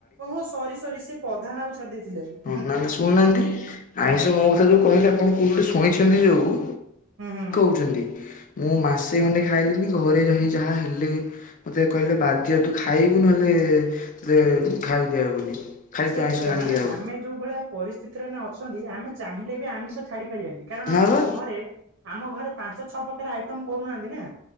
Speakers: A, on the right; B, on the left.
A: ଓହୋ ସରି ସରି ସେ ପ୍ରଧାନ ବାବୁ ଛାଡ଼ି ଦେଇଥିଲେ।
B: ହଁ ନା ନା ଶୁଣୁନାହାନ୍ତି
A: ହଁ
B: ଆଇଁଷ
A: କୁହନ୍ତୁ
B: ମୋ କଥା ଯୋଉ କହିଲି ଆପଣ କୋଉ ଗୋଟେ ଶୁଣିଛନ୍ତି ଜୋଉ
A: ହୁଁ ହୁଁ।
B: ଛନ୍ତି ମୁଁ ମାସେ ଖଣ୍ଡେ ଖାଇଲିିନି ଘରେ ଯଇଁ ଯାହା ହେଲେ। ମତେ କହିଲେ ବାଧ୍ୟ ତୁ ଖାଇବୁ ନହେଲେ ତତେ ଖାଇୟାକୁ ଦିଆହବନି। ଖାଲି
A: ସେଇ
B: ତୁ ଆଇଁଷ
A: କଥା
B: ଆଣିକି
A: ମାନେ
B: ଦିଆହବ
A: ଆମେ ଯୋଉ ଭଳିଆ ପରିସ୍ଥିତିରେ ଏଇନା ଅଛନ୍ତି ଆମେ ଚାହିଁଲେ ବି ଆମିଷ ଛାଡ଼ି ପାରିବାନି କାରଣ
B: ନା
A: ଆମ
B: ବା
A: ଘରେ ଆମ ଘରେ ପାଞ୍ଚ ଛଅ ପ୍ରକାର ର ଆଇଟମ୍ କରୁନାହାନ୍ତି ନା